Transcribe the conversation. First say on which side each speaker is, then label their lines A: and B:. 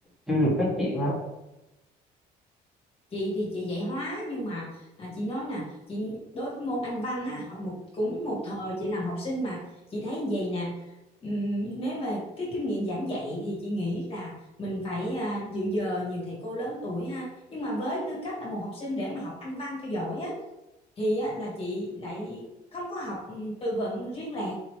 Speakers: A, in the centre; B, on the left.
A: chưa được phát triển lắm
B: chị thì chị dạy hóa nhưng mà à, chị nói nè chị đối với môn Anh văn á hồi một cũng một thời chị làm học sinh mà chị thấy như vậy nè Ừm, nếu về cái kinh nghiệm giảng dạy thì chị nghĩ là mình phải à, dự giờ nhiều thầy cô lớn tuổi ha nhưng mà với tư cách là một học sinh để mà học Anh văn cho giỏi á thì á, là chị lại không có học ừ, từ vựng riêng lẻ